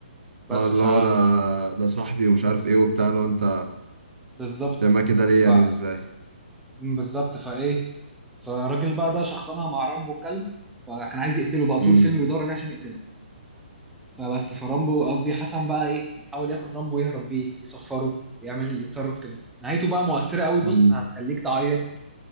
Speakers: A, in the centre; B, on the right (about 75°).
A: بس
B: اه اللي
A: ف
B: هو ده ده صاحبي ومش عارف ايه وبتاع لو انت
A: بالظبط
B: تعمل كده ليه
A: ف
B: يعني وازاي
A: بالظبط فايه فالراجل بقى ده شخصنها مع رامبو كلب فكان عايز يقتله بقى طول
B: امم
A: الفيلم بيدور عليه عشان يقتله فبس فرامبو قصدي حسن بقى ايه حاول ياخد رامبو يهرب بيه يصفره يعمل يتصرف كده نهايته بقى مؤثرة قوي بص
B: أمم.
A: هتخليك تعيط